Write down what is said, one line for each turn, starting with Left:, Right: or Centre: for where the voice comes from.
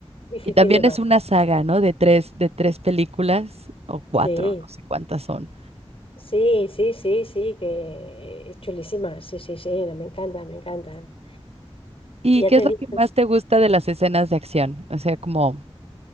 Left: difícil
Right: Y también
Left: de matar.
Right: es una saga, ¿no? De tres, de tres películas o cuatro,
Left: Sí,
Right: no sé cuántas son.
Left: sí, sí, sí, sí, que es chulísima. Sí, sí, sí, no, me encantan, me encantan.
Right: ¿Y
Left: Y ya
Right: qué
Left: te
Right: es lo
Left: digo.
Right: que más te gusta de las escenas de acción? O sea, como,